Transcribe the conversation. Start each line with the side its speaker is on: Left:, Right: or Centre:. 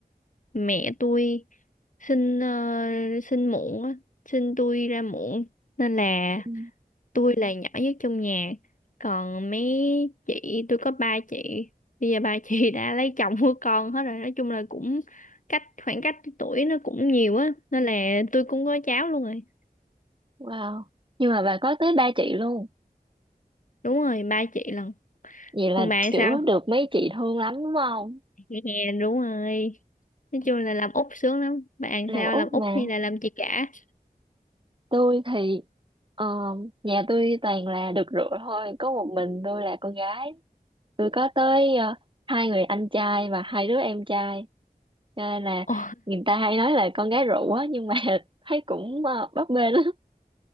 Left: mẹ tôi sinh ờ, sinh muộn á sinh tôi ra muộn nên là
Right: Ừ.
Left: tôi là nhỏ nhất trong nhà còn mấy chị tôi có ba chị bây giờ ba <laughs> chị đã lấy chồng của con hết rồi nói chung là cũng cách khoảng cách tuổi nó cũng nhiều á nên là tôi cũng có cháu luôn rồi
Right: Wow. Nhưng mà bà có tới ba chị luôn.
Left: đúng rồi ba chị lần
Right: Vậy là
Left: còn bạn
Right: kiểu
Left: sao
Right: được mấy chị thương lắm đúng không?
Left: Dạ, đúng rồi nói chung là làm út sướng lắm bạn
Right: Làm
Left: sao
Right: út
Left: làm út
Right: mà.
Left: hay là làm chị cả
Right: Tôi thì ờ, nhà tôi toàn là được rượu thôi. Có một mình tôi là con gái. Tôi có tới ờ, hai người anh trai và hai đứa em trai. Cho nên là
Left: Ồ,
Right: người ta hay nói là con gái rượu á. Nhưng mà <laughs> thấy cũng ờ, bấp bênh á.